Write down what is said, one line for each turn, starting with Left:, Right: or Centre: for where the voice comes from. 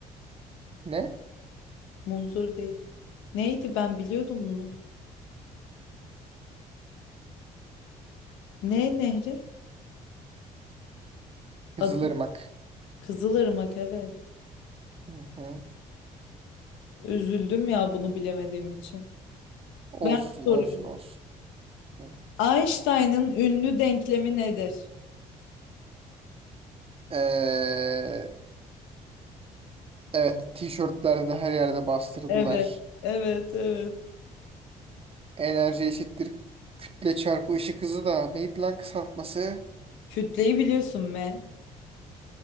Right: Ne?
Left: Munzur değil. Neydi ben biliyordum bunu. Ne nehri?
Right: Kızılırmak.
Left: Adı Kızılırmak evet.
Right: Hı hı.
Left: Üzüldüm ya bunu bilemediğim için.
Right: Olsun
Left: Ben sorayım.
Right: olsun olsun. Hı.
Left: Einstein'ın ünlü denklemi nedir?
Right: Ee, evet tişörtlerde de her yerde bastırdılar.
Left: Evet. Evet evet.
Right: Enerji eşittir kütle çarpı ışık hızı da neydi lan kısaltması?
Left: Kütleyi biliyorsun me.